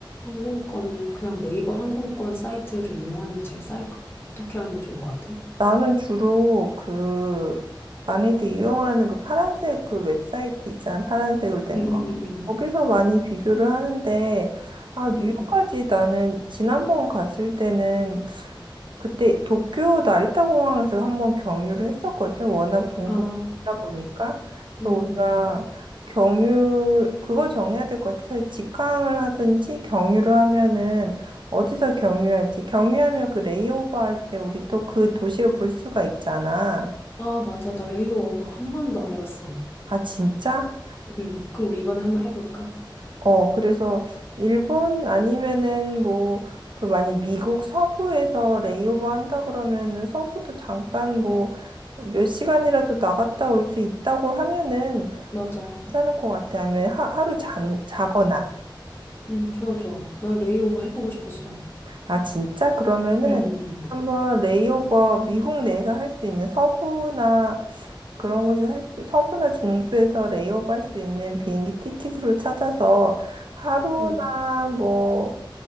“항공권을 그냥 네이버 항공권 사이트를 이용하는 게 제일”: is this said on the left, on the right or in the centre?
Left